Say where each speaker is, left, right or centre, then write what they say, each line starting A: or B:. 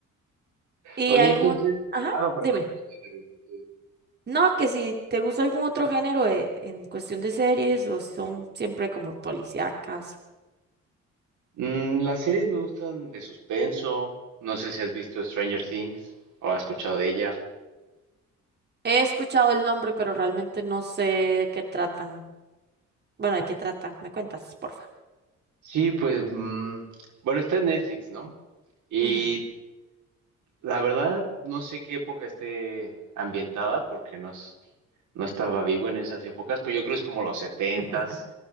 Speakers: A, on the right; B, on the right.
A: ¿Y
B: Oye,
A: algún...
B: entonces,
A: Ajá,
B: ah, no, perdón,
A: dime.
B: no te interrumpo. tú dices.
A: No, que si te gusta algún otro género de- en cuestión de series o son siempre como policíacas.
B: Mm, las series me gustan de suspenso. No sé si has visto Stranger Things o has escuchado de ella.
A: He escuchado el nombre, pero realmente no sé de qué tratan. Bueno, ¿de qué trata? ¿Me cuentas, porfa?
B: Sí, pues, mm, bueno, está en Netflix, ¿no? Y
A: Ujú,
B: la verdad, no sé qué época esté ambientada porque no, s- no estaba vivo en esas épocas, pero yo creo que es como los setentas
A: <laughs>